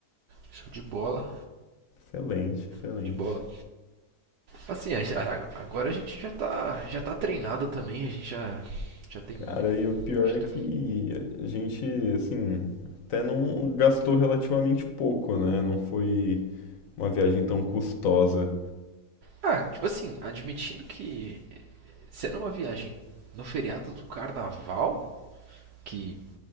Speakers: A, on the right; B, on the left.
A: Show de bola.
B: Excelente, excelente.
A: Show de bola. Assim, a- a- agora a gente já tá, já tá treinado também. A gente já, já tem...
B: Cara, e o pior
A: Já
B: é
A: tá...
B: que a gente, assim, até não gastou relativamente pouco, né? Não foi uma viagem tão custosa.
A: Ah, tipo assim, admitindo que eh, sendo uma viagem no feriado do carnaval, que